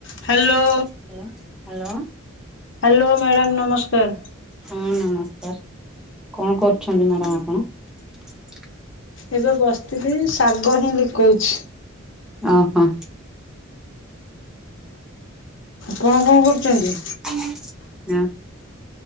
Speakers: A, on the left; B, in the centre.
A: Hello.
B: Hello. Hello
A: hello madam ନମସ୍କାର।
B: ହଁ ନମସ୍କାର, କଣ କରୁଛନ୍ତି ମ୍ୟାଡାମ ଆପଣ?
A: ଏବେ ବସିଥିଲି ଶାଗ ହିଁ ଲିକଉଛି।
B: ଓହୋ।
A: କଣ କଣ କରୁଛନ୍ତି।
B: ଆଜ୍ଞା।